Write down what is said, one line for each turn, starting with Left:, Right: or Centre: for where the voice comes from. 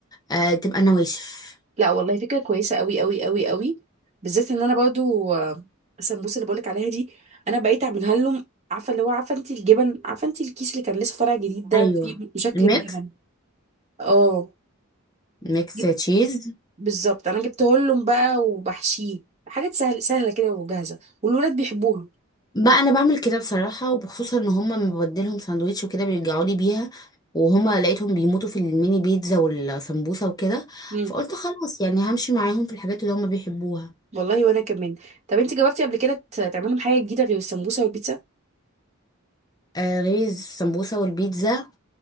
Left: آه تبقى نواشف
Right: لا والله فكرة كويسة قوي قوي قوي قوي بالذات ان انا برضو آه، السمبوسة اللي بقولك عليها دي انا بقيت اعملها لهم عارفة اللي هو عارفة انت الجبن عارفة انت الكيس اللي كان لسه طالع جديد ده
Left: ايوه
Right: فيه شكل
Left: ميكس
Right: الجبن اه
Left: ميكس
Right: جب-
Left: تشيز
Right: بالظبط انا جبته لهم بقى وبحشيه حاجات سهل سهلة كده وجاهزة والولاد بيحبوها
Left: بقى انا بعمل كده بصراحه وبخصوصا ان هما لما ببدلهم ساندوتش وكده بيرجعوا لي بيها وهما لقيتهم بيموتوا في الميني بيتزا والسمبوسه وكده
Right: امم
Left: فقلت خلاص يعني همشي معاهم في الحاجات اللي هما بيحبوها
Right: والله وانا كمان طب انت جربتي قبل كده ت- تعملي لهم حاجة جديدة غير السمبوسة والبيتزا
Left: آه غير السمبوسه والبيتزا